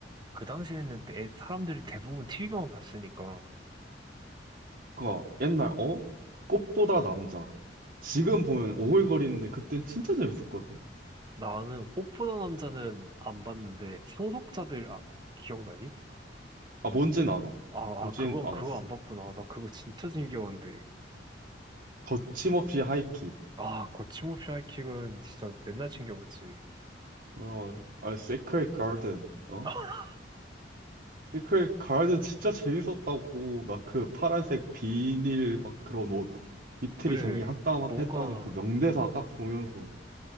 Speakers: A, on the right; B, on the right.
A: 그 당시에는 대- 사람들이 대부분 TV만 봤으니까
B: 그러니까 옛날 어? 꽃보다 남자. 지금 보면 오글거리는데 그땐 진짜 재밌었거든.
A: 나는 꽃보다 남자는 안 봤는데 상속자들 아, 기억나니?
B: 아, 뭔진 알아.
A: 아,
B: 보진
A: 아 그거
B: 않았어.
A: 그거 안 봤구나. 나 그거 진짜 즐겨봤는데.
B: 거침없이 하이킥.
A: 아 거침없이 하이킥은 진짜 맨날 챙겨봤지.
B: 어, 아, 세크레 가든. 어?
A: <laughs>
B: 근데 그 가을도 진짜 재밌었다고. 나 그 파란색 비닐 막 그런 옷 입틀이
A: 그래
B: 장기 한 땀 한
A: 뭔가
B: 땀 했다는 그 명대사 딱 보면서.